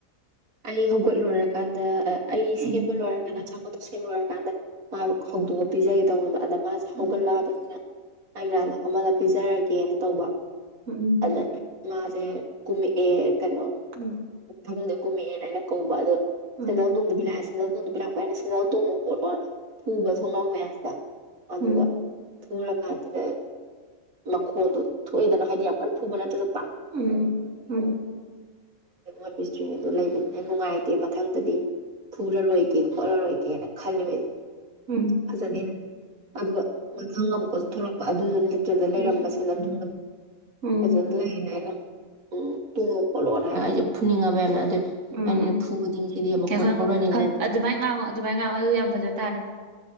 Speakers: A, on the right (about 80°); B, on the right (about 55°).
A: ꯑꯩ ꯍꯧꯒꯠꯂꯨꯔꯀꯥꯟꯗ ꯑꯩ ꯁꯦꯝꯕ
B: ꯎꯝ
A: ꯂꯣꯏꯔꯒꯅ ꯄꯣꯠꯇꯣ ꯁꯦꯝ ꯂꯣꯏꯔꯀꯥꯟꯗ ꯃꯥ ꯍꯧꯗꯣꯛꯑꯒ ꯄꯤꯖꯒꯦ ꯇꯧꯅꯕ ꯑ ꯃꯥꯁꯦ ꯍꯧꯒꯂꯑꯕꯅꯤꯅ
B: ꯎꯝ
A: ꯃꯥꯢ ꯃꯅꯥꯛꯇ ꯐꯝꯃꯒ ꯄꯤꯖꯔꯒꯦꯅ ꯇꯧꯕ
B: ꯎꯝ ꯎꯝ
A: ꯑꯗ ꯃꯥꯁꯦ ꯀꯨꯝꯃꯛꯑꯦ ꯀꯩꯅꯣ
B: ꯎꯝ
A: ꯑ <inaudible> ꯀꯨꯝꯃꯦꯅ ꯍꯥꯏꯅ ꯀꯧꯕ ꯑꯗꯣ
B: ꯎꯝ
A: ꯁꯦꯟꯗꯜ ꯇꯣꯡꯗꯕꯤ ꯂꯥꯛꯑꯦ ꯁꯦꯟꯗꯦꯜ ꯊꯣꯡꯗ ꯄꯤ ꯂꯥꯛꯄ ꯑꯩꯅ ꯁꯦꯟꯗꯜ ꯇꯣꯡꯉꯣ ꯈꯣꯠꯂꯣ ꯐꯨꯕ ꯊꯣꯡꯅꯥꯎ ꯃꯌꯥꯝꯁꯤꯗ ꯑꯗꯨꯒ
B: ꯎꯝ
A: ꯊꯨꯔ ꯀꯥꯟꯁꯤꯗ ꯃꯈꯣꯟꯗꯣ ꯊꯣꯛꯑꯦꯗꯅ ꯍꯥꯏꯗꯤ ꯌꯥꯝ ꯀꯜ ꯐꯨꯕ ꯅꯠꯇ꯭ꯔꯒ
B: ꯎꯝ ꯍ
A: ꯑꯗꯨ ꯏ ꯔꯤꯉꯗꯣ ꯂꯩꯕꯅꯤꯅ ꯅꯨꯡꯉꯥꯏꯇꯦ ꯃꯊꯪꯗꯗꯤ ꯐꯨꯔꯔꯣꯏꯒꯦ ꯈꯣꯠꯂꯔꯣꯏꯒꯦꯅ ꯈꯂꯕ ꯑꯩ
B: ꯎꯝ
A: ꯐꯖꯅꯦꯅ ꯑꯗꯨꯒ ꯃꯊꯪ ꯑꯃ ꯀꯊꯂ ꯄꯥ ꯑꯗꯨꯗꯨ ꯀꯆꯗ ꯂꯩꯔꯝꯕ
B: ꯎꯝ
A: ꯁꯤꯅꯗꯤ
B: ꯎꯝ
A: ꯑꯗꯨꯖꯅ ꯂꯩꯌꯦꯅ ꯑꯩꯅ ꯎꯝ ꯇꯨꯡꯉꯣ ꯈꯣꯠꯂꯣꯅ ꯑꯩꯁꯦ ꯐꯨꯅꯤꯡꯉꯕ ꯌꯥꯝꯅ ꯑꯗꯨ
B: ꯎꯝ
A: ꯑꯩꯅ
B: ꯎꯝ
A: ꯐꯨꯕꯗꯤ ꯉꯁꯤꯗꯤ ꯃꯈꯣꯟ
B: ꯌꯥꯈꯣꯏꯈꯣ
A: ꯍꯧꯔꯅꯤꯅ
B: ꯍꯣꯏ ꯑꯗꯨꯃꯥꯏꯅ ꯉꯥꯡꯉꯣ ꯑꯗꯨꯃꯥꯏꯅ ꯉꯥꯡꯉꯑꯣ ꯑꯗꯨ ꯌꯥꯝ ꯐꯖꯅ ꯇꯥꯔꯦ